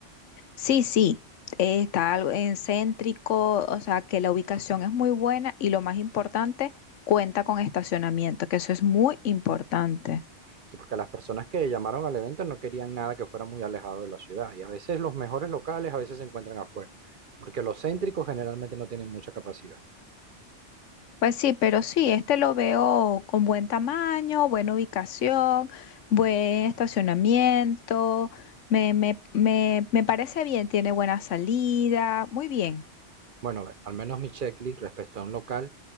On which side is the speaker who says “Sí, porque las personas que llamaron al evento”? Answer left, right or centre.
Right